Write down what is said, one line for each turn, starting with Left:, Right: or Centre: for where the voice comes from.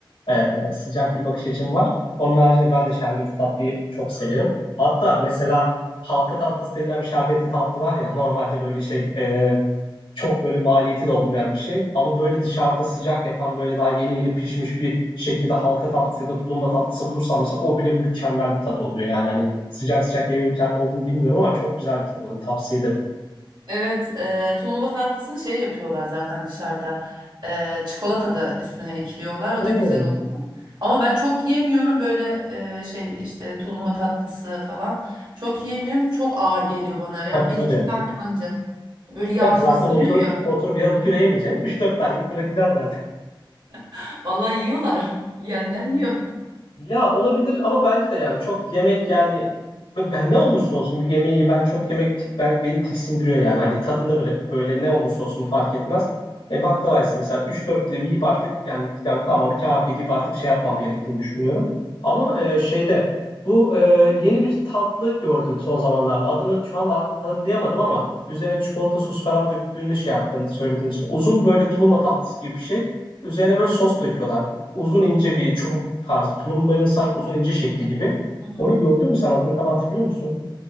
Left: e, sıcak bir bakış açım var. Onun haricinde ben de şerbetli tatlıyı çok severim. Hatta mesela halka tatlısı denilen bir şerbetli tatlı var ya normalde böyle şey e, çok böyle maliyeti de olmayan bir şey. Ama böyle dışarıda sıcak yapan böyle daha yeni yeni pişmiş bir şekilde halka tatlısı ya da tulumba tatlısı bulursam mesela o bile mükemmel bir tat oluyor. Yani hani sıcak sıcak yeme imkanı olduğunu bilmiyorum ama çok güzel bir tat oluyor. Tavsiye ederim.
Right: Evet, e, tulumba tatlısını şey yapıyorlar zaten dışarıda. E, çikolata da üstüne ekliyorlar. O
Left: Oo,
Right: da güzel oluyor. Ama ben çok yiyemiyorum böyle e, şey işte tulumba tatlısı falan. Çok yiyemiyorum. Çok ağır geliyor bana. Yani
Left: tabii
Right: bir
Left: tabii.
Right: iki tane anca. Böyle yağda
Left: Tabii zaten
Right: kızarıyor
Left: oturup
Right: ya.
Left: oturup yarım kilo yemeyeceksin. üç dört tane yiyip bırakacaksın zaten.
Right: <laughs> Vallahi yiyorlar. Yiyenler yiyor.
Left: Ya olabilir ama bence de yani çok yemek yani be- ben ne olursa olsun bir yemeği ben çok yemek ti- ben beni tiksindiriyor yani hani tadında bırakıp böyle ne olursa olsun fark etmez. E baklava ise mesela 3-4 dilim yiyip artık yani, yani tamam kafi deyip artık şey yapmam gerektiğini düşünüyorum. Ama e, şeyde bu e, yeni bir tatlı gördüm son zamanlarda adını şu anda hatırlayamadım ama üzerine çikolata sos falan döktüğünü şey yaptın söylediğin için uzun böyle tulumba tatlısı gibi bir şey. Üzerine böyle sos döküyorlar uzun ince bir çubuk tarzı tulumbanın sahip uzun ince şekli gibi.
Right: Hı.
Left: Onu gördün mü sen adını falan hatırlıyor musun?